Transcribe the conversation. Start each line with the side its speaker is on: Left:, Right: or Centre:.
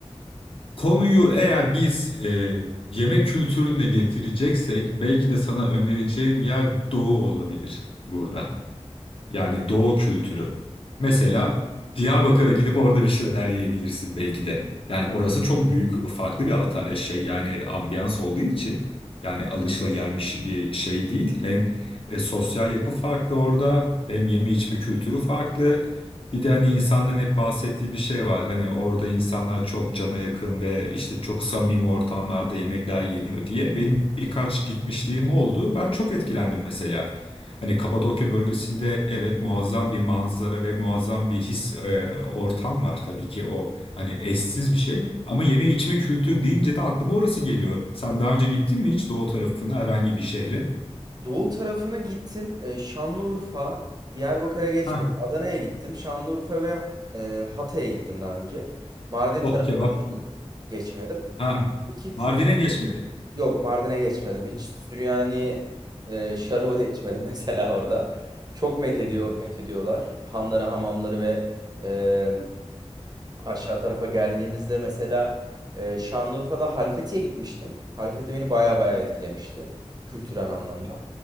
Left: Konuyu eğer biz e, yemek kültürüne getireceksek belki de sana önereceğim yer doğu olabilir burada. Yani doğu kültürü. Mesela Diyarbakır'a gidip orada bir şeyler yiyebilirsin belki de. Yani orası çok büyük farklı bir alta e, şey yani ambiyans olduğu için yani alışılagelmiş bir şey değil. Hem e, sosyal yapı farklı orada hem yeme içme kültürü farklı. Bir de hani insanların hep bahsettiği bir şey var. Hani orada insanlar çok cana yakın ve işte çok samimi ortamlarda yemekler yeniyor diye. Benim birkaç gitmişliğim oldu. Ben çok etkilendim mesela. Hani Kapadokya bölgesinde evet muazzam bir manzara ve muazzam bir his e, ortam var tabii ki o hani eşsiz bir şey. Ama yeme içme kültür deyince de aklıma orası geliyor. Sen daha önce gittin mi hiç doğu tarafına herhangi bir şehre?
Right: Doğu tarafına gittim. Ee, Şanlıurfa, Diyarbakır'a geçmedim.
Left: Ha.
Right: Adana'ya gittim. Şanlıurfa ve e, Hatay'a gittim daha önce. Mardin
Left: Oh
Right: tarafına
Left: kebap.
Right: da çok geçmedim.
Left: Ha,
Right: Ki kül
Left: Mardin'e geçmedin.
Right: yok Mardin'e geçmedim. Hiç Süryani e, şarabı
Left: Ha.
Right: da içmedim <laughs> mesela orada. Çok methediyor,
Left: Hmm.
Right: methediyorlar. Hanları, hamamları ve e, aşağı tarafa geldiğimizde mesela e, Şanlıurfa'da Halfeti'ye gitmiştim. Halfeti beni baya baya etkilemişti kültürel anlamda.